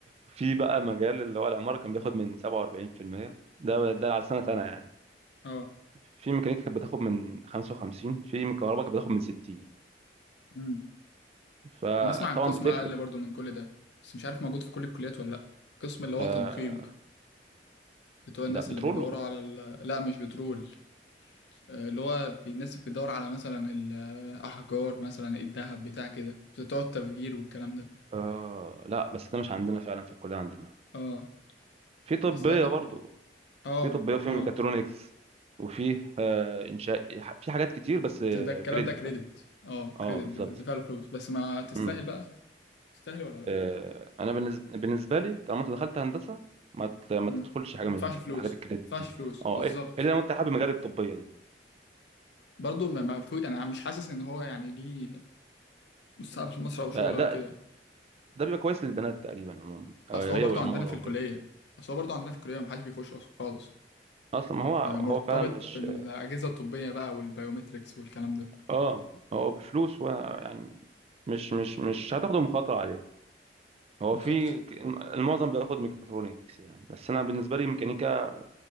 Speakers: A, on the right (about 35°); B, on the left (about 75°).
A: في بقى مجال اللي هو العماره كان بياخد من 47% ده ده على سنه سنه يعني
B: <laughs> اه
A: في ميكانيكا كانت بتاخد من 55 في كهرباء كانت بتاخد من 60
B: امم
A: فطبعا
B: بسمع عن قسم
A: بتفرق
B: اقل برضو من كل ده بس مش عارف موجود في كل الكليات ولا لا قسم اللي هو
A: آه،
B: تنقيب بتوع الناس
A: لا بترول
B: اللي بيدوروا على ال... لا مش بترول آه، اللي هو بي- الناس اللي بتدور على مثلا الأحجار مثلا الذهب بتاع كده بتوع التفجير والكلام ده
A: آه لا بس ده مش عندنا فعلا في الكلية عندنا
B: اه
A: في طبية
B: بس ده كنت
A: برضو
B: اه
A: في طبية وفي
B: اه
A: ميكاترونكس وفيه آه إنشاء في حاجات كتير بس آه،
B: بس ده الكلام
A: كريدت
B: ده كريدت
A: بقى
B: اه
A: اه
B: كريدت
A: بالظبط
B: بتدفع له فلوس بس ما تستاهل
A: مم.
B: بقى تستاهل ولا لا
A: آه انا بالنسبة, بالنسبة لي طالما انت دخلت هندسة ما ت- ما
B: امم
A: تدخلش حاجة
B: ما
A: من
B: تدفعش فلوس
A: الحاجات الكريدت
B: ما تدفعش
A: دي
B: فلوس
A: اه
B: بالظبط
A: إل- الا لو انت حابب مجال الطبية دي
B: برضه ما ما فوق انا مش حاسس ان هو يعني ليه مستقبل في مصر او شغل
A: آه، ده
B: او كده
A: ده بيبقى كويس للبنات تقريبا عموما آه،
B: اصل هو
A: هي
B: برضه
A: والعمارة
B: عندنا في الكليه
A: وكده
B: اصل هو برضه عندنا في الكليه ما حدش بيخش أصلاً خالص
A: اصلا ما هو
B: آه، مرتبط
A: هو فعلا مش
B: بالأجهزة الطبية بقى والبيومتريكس والكلام ده
A: اه هو بفلوس ويعني مش مش مش هتاخده مخاطرة عليه هو
B: بالظبط
A: في ك- المعظم بياخد ميكاترونكس يعني بس انا بالنسبة لي ميكانيكا